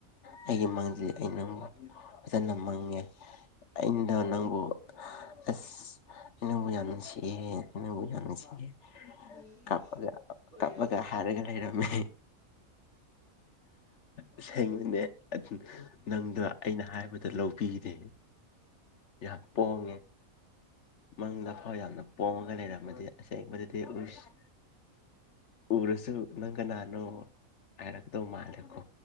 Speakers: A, on the left (about 60°); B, on the left (about 90°).
A: ꯑꯩꯒꯤ ꯃꯪꯖꯤ ꯑꯩꯅꯪꯃꯨꯛ ꯐꯖꯅ ꯃꯪꯉꯦ ꯑꯩꯅ ꯅꯡꯕꯨ ꯑꯁ
B: <inaudible>
A: ꯑꯩꯅꯪꯕꯨ ꯌꯥꯝ ꯅꯨꯡꯁꯤꯌꯦ ꯅꯪꯕꯨ ꯌꯥꯝ ꯅꯨꯡꯁꯤꯌꯦ
B: ꯎꯝ
A: ꯀꯞꯄꯒ
B: ꯑꯣꯏꯔꯝꯅꯤ
A: ꯀꯞꯄꯒ ꯍꯥꯏꯔꯒ ꯂꯩꯔꯝꯃꯦ ꯑꯁꯦꯡꯕꯅꯦ ꯑꯠ ꯅꯪꯗꯣ ꯑꯩꯅ ꯍꯥꯏꯕꯗꯣ ꯂꯧꯕꯤꯗꯦ ꯌꯥꯝ ꯄꯣꯡꯉꯦ ꯃꯪꯗ ꯐꯥꯎ ꯌꯥꯝꯅ ꯄꯣꯉꯒ ꯂꯩꯔꯝꯃꯗꯤ ꯑꯁꯦꯡꯕꯗꯨꯗꯤ ꯎꯁ ꯎꯔꯁꯨ ꯅꯪ ꯀꯅꯥꯅꯣ ꯍꯥꯏꯔꯛꯀꯗꯧ ꯃꯥꯜꯂꯦꯀꯣ